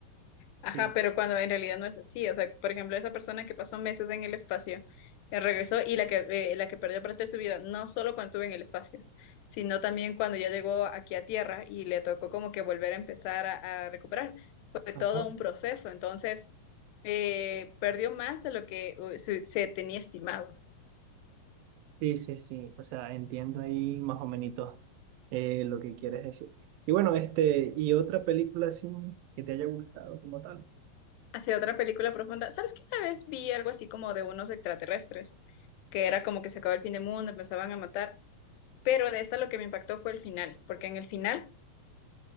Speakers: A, on the right; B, on the left.
A: Sí,
B: Ajá, pero cuando en realidad no es así. O sea, por ejemplo, esa persona que pasó meses en el espacio, eh, regresó y la que, eh, la que perdió parte de su vida, no solo cuando estuvo en el espacio, sino también cuando ya llegó aquí a Tierra y le tocó como que volver a empezar a, a recuperar. Fue todo
A: ajá.
B: un proceso. Entonces, eh, perdió más de lo que eh, se, se tenía estimado.
A: Sí, sí, sí. O sea, entiendo ahí más o menos eh, lo que quieres decir. Y bueno, este, y otra película así que te haya gustado como tal.
B: Hacia otra película profunda. ¿Sabes que una vez vi algo así como de unos extraterrestres? que era como que se acabó el fin del mundo, empezaban a matar. Pero de esta lo que me impactó fue el final, porque en el final,